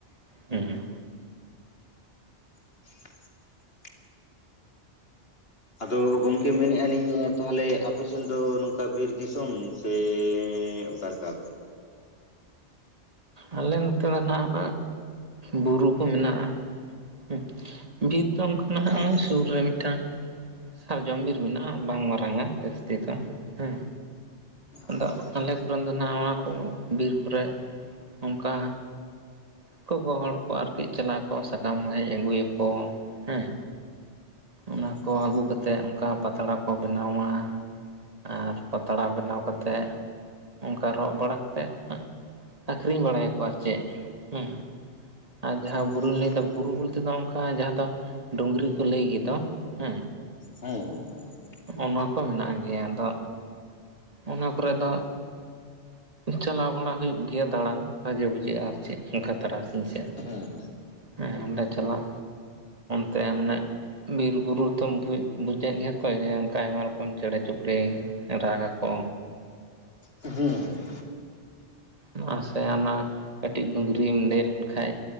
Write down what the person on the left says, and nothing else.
<inaudible> ᱟᱫᱚ ᱜᱚᱝᱠᱮ ᱢᱮᱱᱮᱜ-ᱟ ᱞᱤᱧ ᱛᱟᱦᱞᱮ ᱟᱯᱮᱥᱮᱱ ᱫᱚ ᱱᱚᱝᱠᱟ ᱵᱤᱨ ᱫᱤᱥᱚᱢ ᱥᱮᱸ ᱚᱠᱟ ᱞᱮᱠᱟ
ᱟᱪᱪᱷᱟ
ᱟᱪᱪᱷᱟ ᱟᱪᱪᱷᱟ
ᱦᱩᱸ ᱦᱩᱸ
ᱟᱪᱪᱷᱟ
ᱟᱪᱪᱷᱟ
ᱟᱪᱪᱷᱟ
ᱦᱮᱸ ᱦᱮᱸ ᱦᱮᱸ ᱦᱮᱸ
ᱦᱮᱸ ᱦᱮᱸ ᱦᱮᱸ
ᱦᱩᱸᱻ